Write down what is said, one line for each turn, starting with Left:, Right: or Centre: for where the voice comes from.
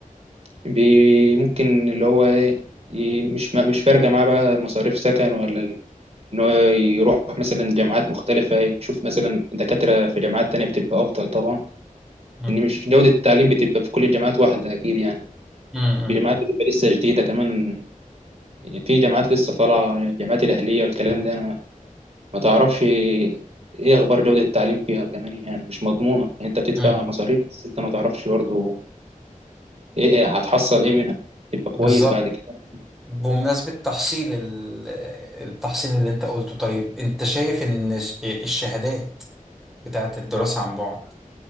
Right: بي- ممكن اللي هو ايه ي- مش ما- مش فارقة معاه بقى مصاريف سكن ولا ال- ان هو يروح مثلا جامعات مختلفة إيه، يشوف مثلا دكاترة في جامعات تانية بتبقى أفضل طبعا
Centre: مم.
Right: إن مش جودة التعليم بتبقى في كل الجامعات واحدة أكيد يعني
Centre: مم. مم.
Right: في جامعات بتبقى لسه جديدة كمان يعني في جامعات لسه طالعة الجامعات الأهلية والكلام ده أنا ما تعرفش ايه اخبار جودة التعليم فيها كمان يعني مش مضمونة يعني انت بتدفع
Centre: مم.
Right: مصاريف بس انت ما تعرفش برضه ايه إيه، هتحصل ايه منها تبقى كويس
Centre: بالظبط
Right: بعد كده
Centre: بمناسبة تحصيل ال- التحصيل اللي انت قلته طيب انت شايف ان ش- الشهادات بتاعت الدراسة عن بعد